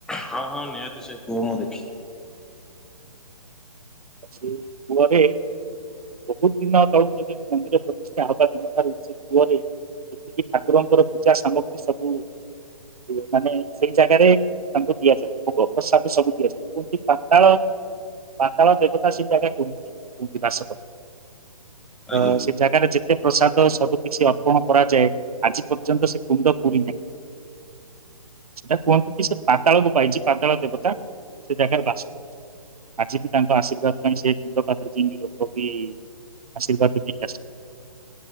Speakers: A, in the centre; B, on the right.
A: ହଁ ହଁ ନିହାତି ସେ କୁଅ ମୁଁ ଦେଖିଛି।
B: ଆଜି ଏଇ କୁଅ ରେ ବହୁତ ଦିନ ତଳକୁ ଯଦି ମନ୍ଦିର ପ୍ରତିଷ୍ଠା ହବା ଦିନ ଠାରୁ ସେ କୁଅରେ ଯେତିକି ଠାକୁରଙ୍କର ପୂଜା ସାମଗ୍ରୀ ସବୁ ଇଏ ମାନେ ସେଇ ଜାଗାରେ ତାଙ୍କୁ ଦିଆଯାଏ ଭୋଗ ପ୍ରସାଦ ସବୁ ଦିଆଯା କୁଂପି ପାତାଳ ତାଳ ଦେବତା ସେ ଜାଗା କୁହନ୍ତି କୁନ୍ତୀ ବାସବ ତ
A: ଆଜ୍ଞା
B: ସେ ଜାଗାରେ ଯେତେ ପ୍ରସାଦ ସବୁ କିିଛି ଅର୍ପଣ କରାଯାଏ ଆଜି ପର୍ଯ୍ୟନ୍ତ ସେ କୁଣ୍ଡ ପୁରୀ ନାହିଁ ସେଇଟା କୁହନ୍ତିୁ କି ସେ ପାତାଳକୁ ପାଇଛି ପାତାଳ ଦେବତା ସେ ଜାଗାରେ ବାସ କରୁଛ ଆଜି ବି ତାଙ୍କ ଆଶୀର୍ବାଦ ପାଇଁ ସେ କୁଣ୍ଡ ପାଖରେ ଯିଇଙ୍କି ଲୋକ ବି ଆଶୀର୍ବାଦ ନେଇକି ଆସନ୍ତି